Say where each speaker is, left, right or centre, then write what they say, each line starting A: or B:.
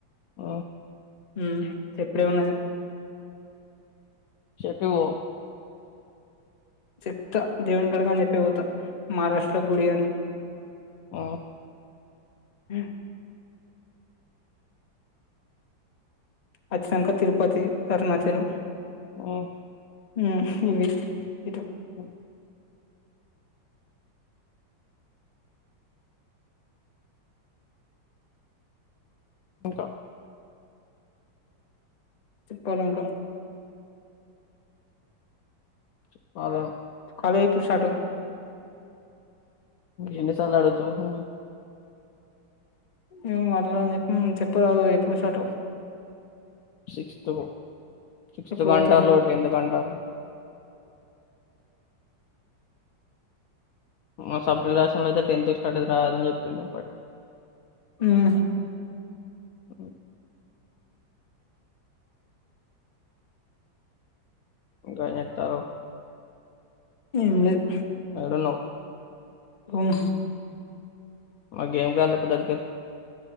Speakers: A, on the left; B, on the left.
A: ఓ
B: హ చెప్పుడేమున్నది
A: చెప్పివో
B: చెప్తా దేవుని కాడ్కి అని చెప్పి పోతా, మహారాష్ట్రలో గుడి అని
A: ఆ
B: హ్ అచ్చినంకా తిరుపతి, అరుణాచలం
A: ఆ
B: హ్ ఇవి ఇటు
A: అ ఇంకా
B: చెప్పాలి ఇంకా
A: చెప్పాల
B: కాలెజ్ ఎప్పుడు స్టార్టు
A: ఎన్నిసాల్ల అడుగుతవు
B: ఏమో మాట్లాడని చెప్పి చెప్పరాదు ఎప్పుడు స్టార్టో
A: సిక్స్త్ కు, సిక్స్త్
B: ఎప్పుడు
A: కు
B: పోతాం
A: అంటాల్లు, టెన్త్కు అంటాల్లు మా సప్లి రాషినోల్లు అయితే టెన్త్ కి స్టార్ట్ అయితదిరా అని చెప్పిల్లు
B: ఉమ్
A: హ్ ఇంకా ఎంచెత్తాన్నవ్
B: ఏం లేదు
A: ఏడున్నవ్
B: రూం
A: మరి <unintelligible> పోద్దటికెల్లి